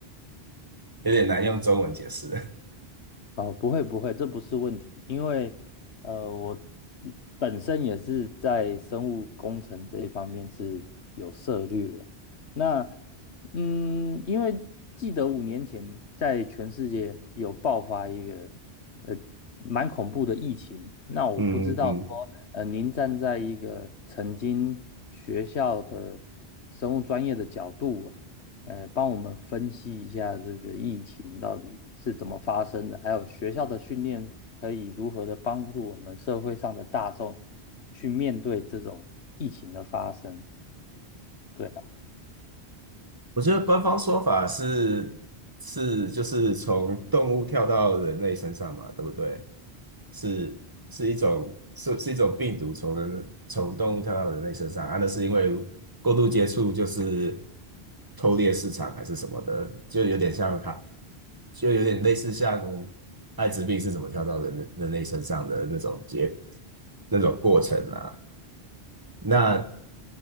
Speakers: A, on the right; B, on the left.
A: 有点难用中文解释。
B: 哦，不会不会，这不是问题，因为呃，我本身也是在生物工程这一方面是有涉略的。那嗯，因为记得五年前在全世界有爆发一个呃蛮恐怖的疫情，那我不知道说呃您站在一个曾经学校的
A: <laughs> 嗯嗯
B: 生物专业的角度啊呃，帮我们分析一下这个疫情到底是怎么发生的，还有学校的训练可以如何的帮助我们社会上的大众去面对这种疫情的发生。对吧？啊
A: 我觉得官方说法是是就是从动物跳到人类身上嘛，对不对？是是一种是是一种病毒从人从动物跳到人类身上啊，那是因为过度接触就是偷猎市场还是什么的，就有点像它，就有点类似像艾滋病是怎么跳到人人类身上的那种结那种过程啊。那